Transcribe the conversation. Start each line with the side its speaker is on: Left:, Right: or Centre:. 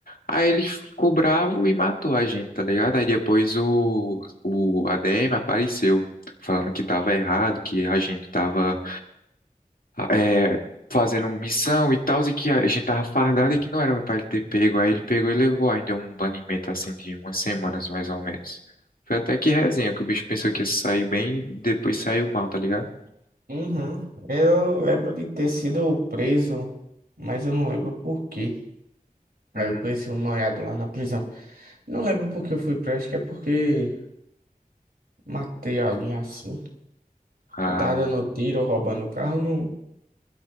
Left: Aí ele ficou bravo e matou a gente, tá ligado? Aí depois o, o ADM apareceu, falando que tava errado, que a gente tava é, fazendo missão e tal, e que a gente tava fardado e que não era pra ele ter pego. Aí ele pegou e levou ainda um banimento assim de umas semanas mais ou menos. Foi até que resenha, que o bicho pensou que ia sair bem, depois saiu mal, tá ligado?
Right: Uhum. Eu lembro de ter sido preso, mas eu não lembro por quê. Aí
Left: Hum,
Right: eu conheci um noiado lá na prisão. Não lembro por que eu fui preso, acho que é porque matei alguém assim.
Left: ah,
Right: Eu tava dando tiro, roubando o carro, não,